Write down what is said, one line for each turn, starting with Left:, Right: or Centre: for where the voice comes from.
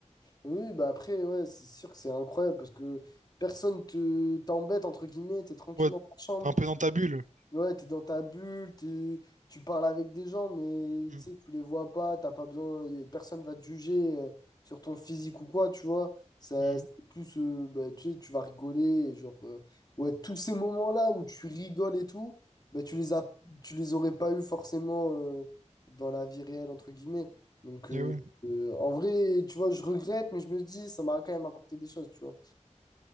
Left: Oui, bah après, ouais, c'est sûr que c'est incroyable parce que personne te t'embête, entre guillemets, t'es tranquille
Right: Ouais,
Left: dans ta chambre.
Right: t'es un peu dans ta bulle.
Left: Ouais, t'es dans ta bulle, t'es- tu parles avec des gens, mais
Right: Mm,
Left: tu sais, tu les vois pas, t'as pas besoin, y a- personne va te juger euh, sur ton physique ou quoi, tu vois. Ça,
Right: mm.
Left: c'est plus, euh, bah, tu sais, tu vas rigoler, et genre, euh, ouais, tous ces moments-là où tu rigoles et tout, bah, tu les as, tu les aurais pas eu forcément euh, dans la vie réelle, entre guillemets. Donc, euh,
Right: Eh oui,
Left: euh, en vrai, tu vois, je regrette, mais je me dis, ça m'a quand même apporté des choses, tu vois.